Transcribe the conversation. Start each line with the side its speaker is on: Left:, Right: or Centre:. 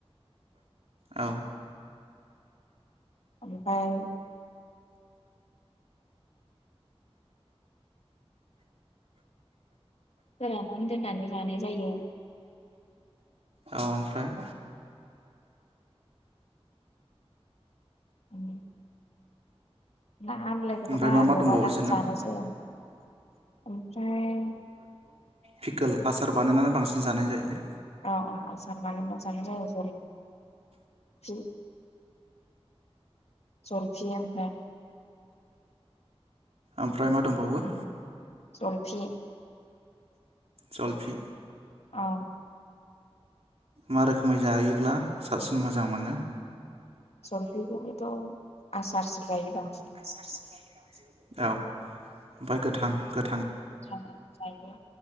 Right: औ
Left: ओमफ्राय फोराननानै दोननानै जानाय जायो।
Right: औ ओमफ्राय
Left: उम ना आमलायखौथ'
Right: ओमफ्राय
Left: बारा
Right: मा मा
Left: लगायनानै
Right: दंबावो जेनेबा
Left: जानाय जाया ओमफ्राय
Right: फिकोल आसार बानायनानै बांसिन जानाय जायो।
Left: अ आसार बानायना जानाय जायो जेरै फि जलपि ओमफ्राय
Right: ओमफ्राय मा दंबावो?
Left: जलफि
Right: जलफि
Left: औ
Right: मा रोखोमै जायोब्ला साबसिन मोजां मोनो?
Left: जलफिखौबोथ' आसारसो जायोदां
Right: आसारसो जायो। औ ओमफ्राय गोथां गो
Left: गोथांयै जायो।